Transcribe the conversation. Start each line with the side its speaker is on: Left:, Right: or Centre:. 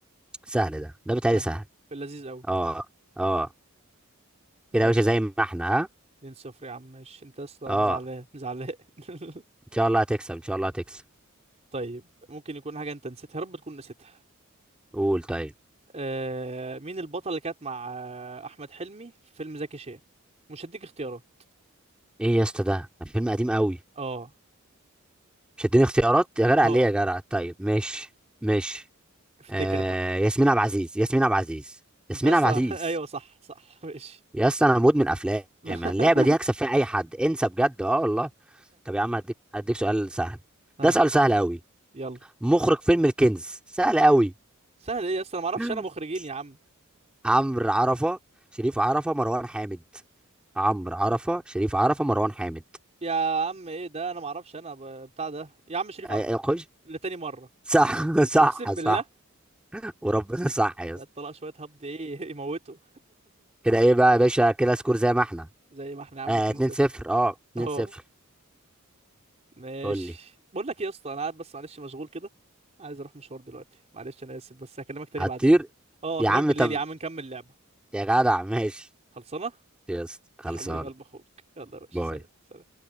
Centre: سهل ده ده بتهيألي
Right: سهل
Centre: سهل
Right: في اللذيذ قوي
Centre: اه اه
Right: ماشي
Centre: كده يا باشا زي ما احنا ها
Right: 2 صفر يا عم ماشي انت يا اسطى
Centre: اه
Right: انا زعلان زعلان <laughs>
Centre: ان شاء الله هتكسب ان شاء الله هتكسب
Right: طيب ممكن يكون حاجة انت نسيتها يا رب تكون نسيتها
Centre: قول طيب
Right: آه مين البطل اللي كانت مع آه، احمد حلمي في فيلم زكي شان مش هديك اختيارات
Centre: ايه يا اسطى ده فيلم قديم قوي
Right: اه
Centre: مش هتديني اختيارات يا جدع
Right: اه
Centre: ليه يا جدع طيب ماشي ماشي
Right: افتكر
Centre: آه
Right: بقى
Centre: ياسمين عبد العزيز ياسمين عبد العزيز ياسمين
Right: انت اصلا
Centre: عبد العزيز
Right: <laughs> ايوه صح صح ماشي
Centre: يا اسطى انا مدمن افلام
Right: <laughs>
Centre: انا اللعبه دي هكسب فيها اي حد انسى بجد اه والله طب يا عم هديك هديك سؤال سهل
Right: ها
Centre: ده سؤال سهل قوي
Right: يلا
Centre: مخرج فيلم الكنز سهل قوي
Right: سهل ايه يا اسطى انا ما اعرفش
Centre: <laughs>
Right: انا مخرجين يا عم
Centre: عمرو عرفه شريف عرفه مروان حامد عمرو عرفه شريف عرفه مروان حامد
Right: يا عم ايه ده انا ما اعرفش انا ب- بتاع ده يا عم شريف
Centre: اي
Right: عرفه
Centre: خش
Right: لتاني مرة
Centre: صح <laughs> صح
Right: اقسم بالله
Centre: صح وربنا صح يا اسطى
Right: طلع شوية هبد ايه يموتوا
Centre: كده ايه بقى يا باشا كده سكور زي ما احنا
Right: <laughs> زي ما احنا يا عم
Centre: آه
Right: 2-0
Centre: 2 0 اه 2
Right: اه
Centre: 0
Right: ماشي
Centre: قول لي
Right: بقول لك ايه يا اسطى انا قاعد بس معلش مشغول كده عايز اروح مشوار دلوقتي معلش انا اسف بس هكلمك تاني
Centre: هتطير
Right: بعدين اه
Centre: يا
Right: هكلمك
Centre: عم
Right: بالليل
Centre: طب
Right: يا عم نكمل لعبة
Centre: يا جدع ماشي
Right: خلصانة
Centre: يا اسطى
Right: <laughs>
Centre: خلصان
Right: حبيب قلب اخوك يلا يا باشا
Centre: باي
Right: سلام سلام